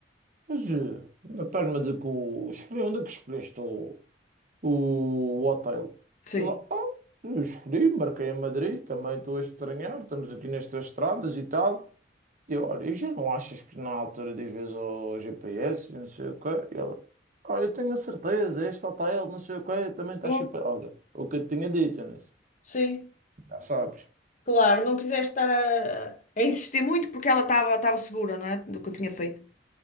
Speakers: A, on the right (about 50°); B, on the left (about 45°).
A: mas eh, não estás-me a dizer que o... escolhi, onde é que escolheste o, o hotel?
B: Sim.
A: Ele, ah, eu escolhi, marquei a Madrid, também estou a estranhar, estamos aqui nestas estradas e tal. Eu, olha, e já não achas que na altura dizes ao GPS, e não sei o quê, e ela, ah, eu tenho a certeza, este hotel, não sei o quê, também está
B: Bom,
A: chip. Olha, o que eu te tinha dito, nisso,
B: sim.
A: já sabes.
B: Claro, não quiseste estar a, a insistir muito porque ela estava estava segura, não é? Do que eu tinha feito.